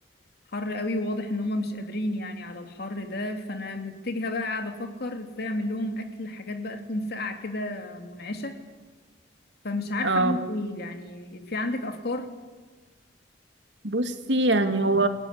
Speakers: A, on the left; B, on the right.
A: حر قوي وواضح ان هم مش قادرين يعني على الحر ده فانا متجهه بقى قاعده افكر ازاي اعمل لهم اكل حاجات بقى تكون ساقعه كده منعشه فمش عارفه
B: اه
A: اعمل ايه يعني في عندك افكار
B: بصي يعني هو